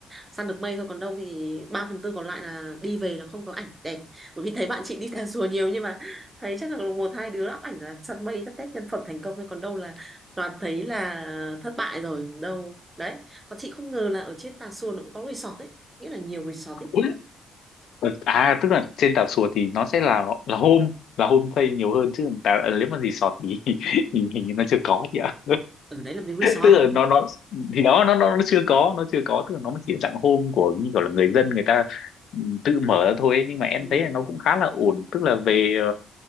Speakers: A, on the right; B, on the left.
A: săn được mây thôi còn đâu thì 3 phần tư còn lại là đi về là không có ảnh đẹp bởi vì thấy bạn chị đi Tà Rùa nhiều nhưng mà thấy chắc là một hai đứa up ảnh là săn mây tất tét nhân phẩm thành công thôi còn đâu là toàn thấy là thất bại rồi đâu đấy còn chị không ngờ là ở trên Tà Xùa nó cũng có resort ấy nghĩa là nhiều resort ấy
B: Ủa? Ừ, à tức là trên Tà Xùa thì nó sẽ là là home là homestay nhiều hơn chứ tà, ờ, nếu mà resort thì, <laughs> thì hình như nó chưa có chị ạ
A: ở đấy là một cái resort
B: tức là nó nó thì đó nó nó nó chưa có nó chưa có tức là nó mới chỉ là dạng hôm của như kiểu là người dân người ta ừ, tự mở ra thôi ấy. nhưng mà em
A: ừ.
B: thấy là nó cũng khá là ổn tức là về ờ,